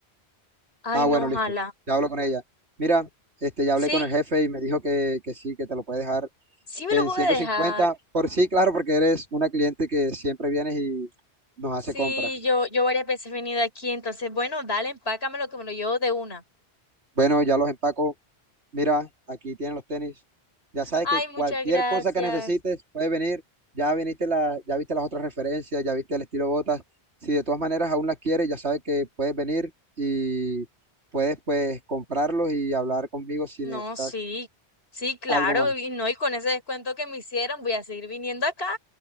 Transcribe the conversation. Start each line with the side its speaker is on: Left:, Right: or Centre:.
Left: Ay,
Right: Ah,
Left: no,
Right: bueno,
Left: ojalá.
Right: listo. Ya hablo con ella. Mira, este, ya
Left: Sí,
Right: hablé con el jefe y me dijo que, que sí, que te lo puede dejar
Left: sí me
Right: en
Left: lo pude
Right: ciento
Left: dejar.
Right: cincuenta, Por sí, claro, porque eres una cliente que siempre vienes y nos
Left: Sí,
Right: hace compras.
Left: yo, yo varias veces he venido aquí, entonces, bueno, dale, empácamelo que me lo llevo de una.
Right: Bueno, ya los empaco. Mira, aquí tienen los tenis. Ya sabes
Left: Ay,
Right: que
Left: muchas
Right: cualquier
Left: gracias.
Right: cosa que necesites puedes venir. Ya viniste la, ya viste las otras referencias, ya viste el estilo botas. Si de todas maneras aún las quieres, ya sabes que puedes venir y puedes pues comprarlos y hablar conmigo si
Left: No,
Right: necesitas
Left: sí, sí, claro,
Right: algo más.
Left: y no, y con ese descuento que me hicieron, voy a seguir viniendo acá,